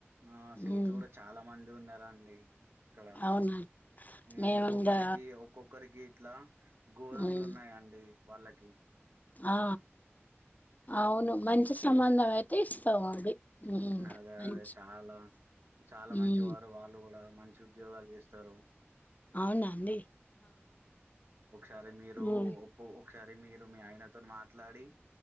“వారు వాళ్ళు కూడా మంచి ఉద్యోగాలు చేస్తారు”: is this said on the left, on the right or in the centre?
Right